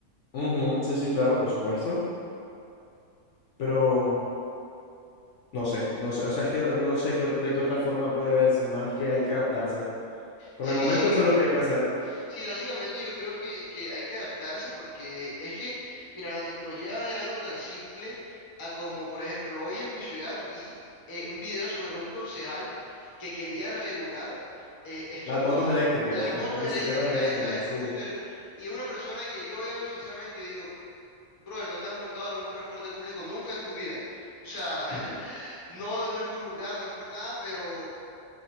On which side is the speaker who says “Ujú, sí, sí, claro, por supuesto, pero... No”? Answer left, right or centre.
Left